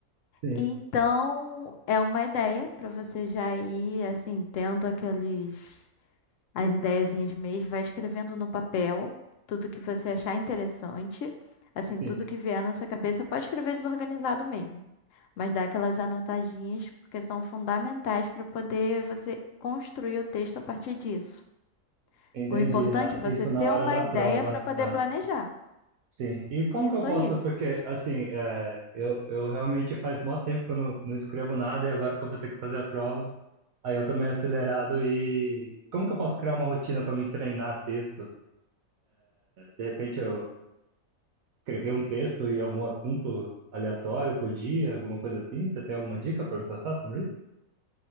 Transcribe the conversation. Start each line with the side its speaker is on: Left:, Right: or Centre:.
Right: Sim,
Left: Então, é uma ideia pra você já ir, assim, tendo aqueles, as ideiazinhas mesmo, vai escrevendo no papel tudo que você achar interessante. Assim,
Right: sim.
Left: tudo que vier na sua cabeça, pode escrever desorganizado mesmo. Mas dá aquelas anotadinhas porque são fundamentais para poder você construir o texto a partir disso.
Right: Entendi,
Left: O importante
Right: na-
Left: é você
Right: isso
Left: ter
Right: na hora
Left: uma
Right: da
Left: ideia
Right: prova,
Left: para poder
Right: né? Ah,
Left: planejar.
Right: sim. E como
Left: Isso
Right: que eu posso,
Left: aí.
Right: porque, assim, é, eu, eu realmente faz mó tempo que eu não, não escrevo nada e agora que eu vou ter que fazer a prova, aí eu tô meio acelerado e como que eu posso criar uma rotina para me treinar texto? De repente eu escrever um texto e algum assunto aleatório por dia, alguma coisa assim? Você tem alguma dica para me passar sobre isso?